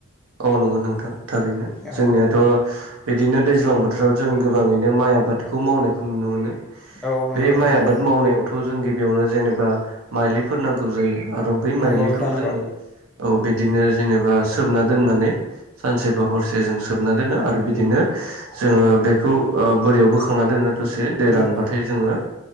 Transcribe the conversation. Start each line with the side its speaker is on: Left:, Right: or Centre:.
Right: औ नंगौ नोंथां थारैनो जोंनियाथ'
Centre: औ
Right: बिदिनो दैजां बोथोराव जों गोबाङैनो माइ आबादखौ मावनायखौ नुनो मोनो
Centre: औ नंगौ
Right: बे
Centre: नोंथां
Right: माइ
Centre: नंगौ
Right: आबाद मावनायावथ' जों बेयावनो जेनेबा माइलिफोर नांगौ जायो आरो बै
Centre: नंगौ
Right: माइलिखौ
Centre: नोंथां नंगौ
Right: जोङो औ बिदिनो जेनेबा सोमना दोननानै सानसे बा हरसे जों सोबना दोनो आरो बिदिनो जोङो बेखौ बोरयाव बोखांना दोनो दसे दै
Centre: नंगौ
Right: रानबाथाय जोङो